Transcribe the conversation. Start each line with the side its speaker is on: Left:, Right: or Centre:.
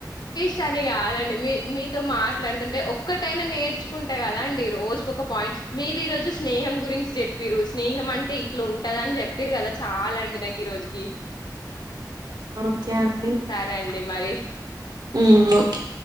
Left: ఛా అని కాదండి. మీ మీతో మాట్లాడుతుంటే ఒక్కటైనా నేర్చుకుంట కదా అండి. రోజుకు ఒక పాయింట్ మీరు ఈ రోజు స్నేహం. గురించి చెప్పిండ్రు స్నేహం అంటే. ఇట్లు ఉంటదని చెప్పిండ్రు కదా చాలండి నాకు ఈ రోజుకి.
Right: ఓకే అండి
Left: సరే అండి మరి.
Right: ఉమ్ ఓకే.